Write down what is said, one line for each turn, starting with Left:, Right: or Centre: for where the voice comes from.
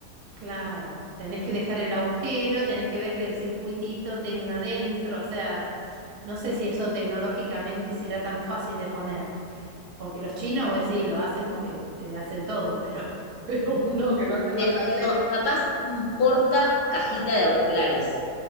Right: Claro, tenés que dejar el agujero, tenés que ver que el circuitito tenga dentro, o sea, no sé si eso tecnológicamente será tan fácil de poner, porque los chinos, pues sí, lo hacen porque te hacen todo, pero, <laughs> pero uno que lo hace más
Left: Pero
Right: casero.
Left: digo, capaz un porta cajita de auriculares,